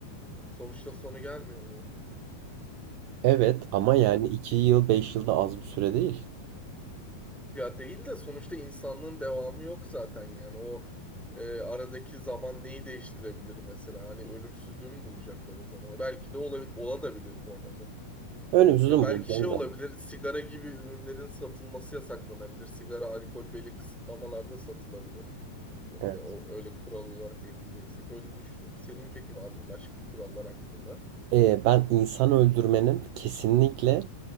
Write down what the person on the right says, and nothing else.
Evet ama
yani 2 yıl 5 yılda az bir süre değil.
Önümüzü
bulacağız.
ama.
Evet.
Ee, ben insan öldürmenin kesinlikle